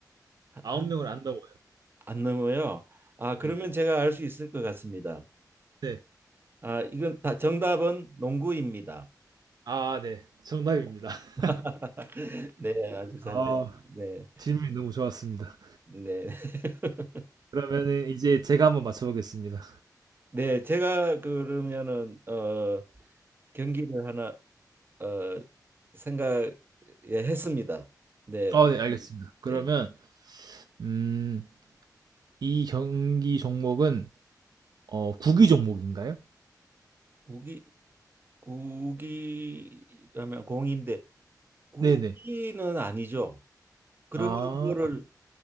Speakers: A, on the right (about 30°); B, on the right (about 70°).
A: 한,
B: 9명을
A: 한,
B: 안 넘어요.
A: 안 넘어요. 아, 그러면
B: 네.
A: 제가 알 수 있을 것 같습니다.
B: 네.
A: 아, 이건 다 정답은 농구입니다.
B: 아, 네. 정답입니다. <laughs>
A: <laughs> 네, 아주
B: 아,
A: 잘 됐. 네.
B: 질문이 너무 좋았습니다.
A: 네. <laughs>
B: 그러면은 이제 제가 한번 맞춰보겠습니다.
A: 네, 제가 그러면은 어 경기를 하나 어 생각 예, 했습니다. 네.
B: 아, 네, 알겠습니다. 그러면
A: 예.
B: 음, 이 경기 종목은 어, 구기 종목인가요?
A: 국이 국이라면 공인데 국기는
B: 네네.
A: 아니죠. 그러나
B: 아,
A: 뭐를